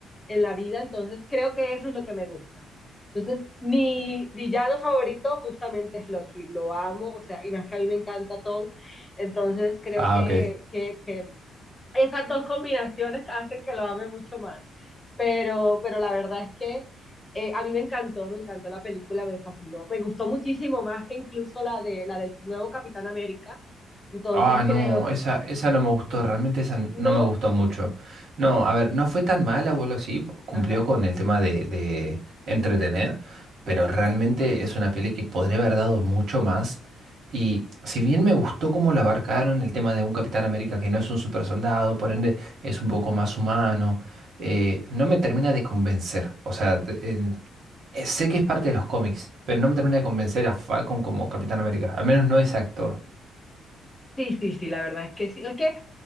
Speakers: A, on the left; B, on the right.
A: en la vida, entonces creo que eso es lo que me gusta. Entonces, mi villano favorito justamente es Loki, lo amo, o sea, y más que a mí me encanta Tom, entonces creo
B: Ah,
A: que,
B: ok.
A: que, que esas dos combinaciones hacen que lo ame mucho más. Pero, pero la verdad es que eh, a mí me encantó, me encantó la película, me fascinó. Me gustó muchísimo más que incluso la, de, la del nuevo Capitán América. Entonces
B: Ah, no,
A: creo,
B: esa, esa no me gustó, realmente esa n-
A: no,
B: no me gustó mucho. No, a ver, no fue tan mala o algo así, cumplió
A: ajá.
B: con el tema de, de entretener, pero realmente es una peli que podría haber dado mucho más. Y si bien me gustó cómo la abarcaron el tema de un Capitán América que no es un super soldado, por ende es un poco más humano, eh, no me termina de convencer. O sea, te- en- eh, sé que es parte de los cómics, pero no me termina de convencer a Falcon como Capitán América, al menos no es actor.
A: Sí, sí, sí, la verdad es que sí. Es que